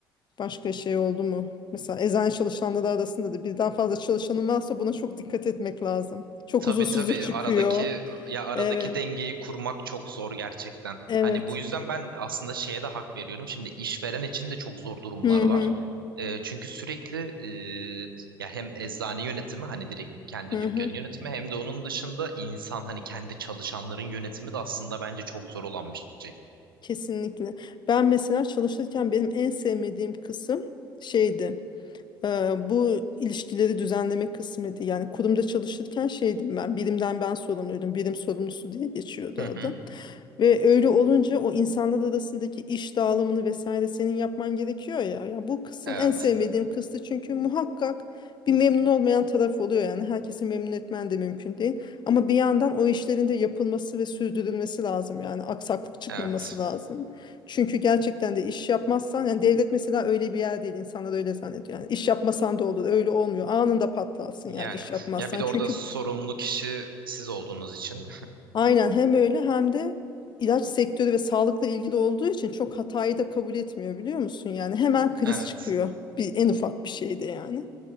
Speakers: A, on the left; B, on the right.
A: başka şey oldu mu? Mesela eczane çalışanları arasında da birden fazla çalışanın varsa buna çok dikkat etmek lazım. Çok
B: Tabii
A: huzursuzluk
B: tabii
A: çıkıyor.
B: aradaki ya aradaki
A: Evet,
B: dengeyi kurmak çok zor gerçekten.
A: evet.
B: Hani bu yüzden ben aslında şeye de hak veriyorum. Şimdi işveren için de çok zor durumlar
A: Hı hı.
B: var. Ee, çünkü sürekli e, ya hem eczane yönetimi hani direkt kendi
A: Hı
B: dükkanı
A: hı,
B: yönetimi hem de onun dışında insan hani kendi çalışanların yönetimi de aslında bence çok zor olan bir şey.
A: kesinlikle. Ben mesela çalışırken benim en sevmediğim kısım şeydi. Ee, bu ilişkileri düzenleme kısmıydı. Yani kurumda çalışırken şeydim ben, birimden ben sorumluydum, birim sorumlusu diye geçiyordu
B: Hı
A: adım.
B: hı.
A: Ve öyle olunca o insanlar arasındaki iş dağılımını vesaire senin yapman gerekiyor ya. Ya bu kısım
B: Evet,
A: en sevmediğim kısmı çünkü muhakkak bir memnun olmayan taraf oluyor yani. Herkesi memnun etmen de mümkün değil. Ama bir yandan o işlerin de yapılması ve sürdürülmesi lazım yani aksaklık çıkmaması
B: evet.
A: lazım. Çünkü gerçekten de iş yapmazsan yani devlet mesela öyle bir yer değil insanlar öyle zannediyor. Yani iş yapmasan da olur öyle olmuyor. Anında patlarsın
B: Yani
A: yani iş yapmazsan.
B: ya bir de
A: Çünkü
B: orada sorumlu kişi siz olduğunuz için. <laughs>
A: aynen hem öyle hem de ilaç sektörü ve sağlıkla ilgili olduğu için çok hatayı da kabul etmiyor biliyor musun? Yani hemen kriz
B: Evet.
A: çıkıyor bir en ufak bir şeyde yani.